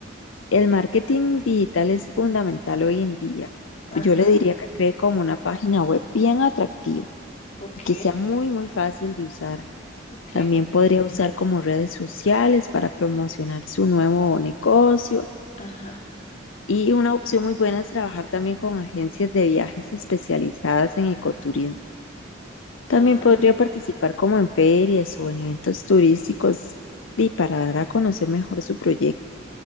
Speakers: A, on the left; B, on the left.
A: el marketing digital es fundamental hoy en día.
B: Ajá,
A: Yo le diría que cree como una página web bien atractiva
B: ok,
A: y que sea muy, muy fácil de usar.
B: ok,
A: También podría usar como redes sociales para promocionar su nuevo negocio.
B: ajá,
A: Y una opción muy buena es trabajar también con agencias de viajes especializadas en ecoturismo. También
B: ajá.
A: podría participar como en ferias o en eventos turísticos y para dar a conocer mejor su proyecto.